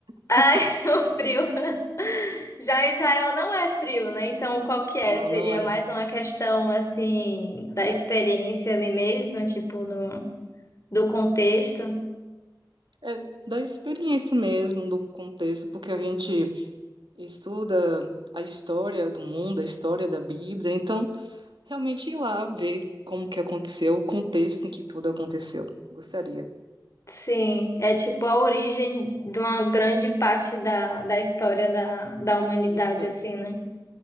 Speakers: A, on the left (about 40°); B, on the right (about 80°).
A: Ai,
B: <laughs>
A: <laughs> o frio. Já Israel não é frio, né? Então, qual que é?
B: Não,
A: Seria
B: não é.
A: mais uma questão, assim, da experiência ali mesmo, tipo, do, do contexto.
B: É da experiência mesmo, do contexto, porque a gente estuda a história do mundo, a história da Bíblia, então realmente ir lá ver como que aconteceu, o contexto em que tudo aconteceu. Gostaria.
A: Sim, é tipo a origem de uma grande parte da, da história da, da humanidade,
B: Isso.
A: assim, né?